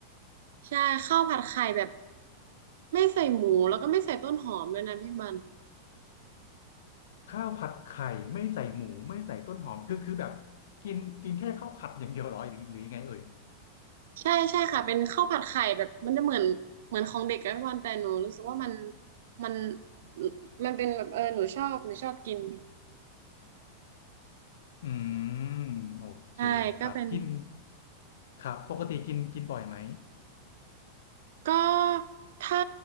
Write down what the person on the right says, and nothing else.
ใช่ข้าวผัดไข่แบบไม่ใส่หมูแล้วก็ไม่ใส่ต้นหอมเลยนะพี่บอล
ใช่ใช่ค่ะเป็นข้าวผัดไข่แบบมันจะเหมือนเหมือนของเด็กอะพี่บอลแต่หนูรู้สึกว่ามันมันมันเป็นแบบเออหนูชอบหนูชอบกิน
ใช่ก็เป็น
ก็ถ้า